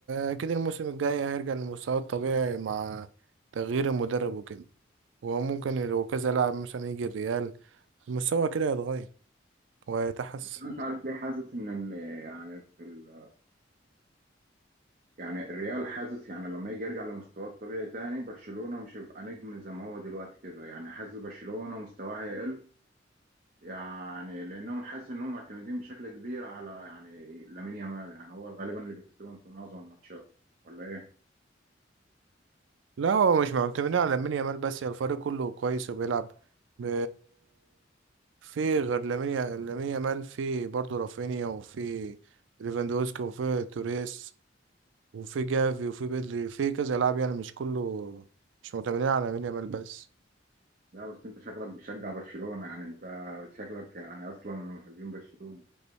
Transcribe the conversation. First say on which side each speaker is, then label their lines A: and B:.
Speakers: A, on the right; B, on the right.
A: آه، اكيد الموسم الجاي هيرجع لمستواه الطبيعي مع تغيير المدرب وكده وممكن لو كذا لاعب مثلا يجي الريال المستوى كده يتغير ويتحسن
B: بس انا مش عارف ليه حاسس ان إن يعني في ال... يعني الريال حاسس يعني لما يجي يرجع لمستواه الطبيعي تاني برشلونه مش هيبقى نجم زي ما هو دلوقتي كده يعني حاسس برشلونه مستواه هيقل يعني لانهم حاسس انهم معتمدين بشكل كبير على يعني لامين يامال يعني هو غالبا اللي بيكسبهم في معظم الماتشات ولا ايه؟
A: لا هو مش معتمدين على لامين يامال بس هي الفريق كله كويس وبيلعب ب... في غير لامين يا- لامين يامال في برضه رافينيا وفي ليفاندوسكي وفي توريس وفي جافي وفي بدري في كذا لاعب يعني مش كله مش معتمدين على لامين يامال بس
B: لا بس انت شكلك بتشجع برشلونة يعني انت شكلك يعني اصلا من محبين برشلونة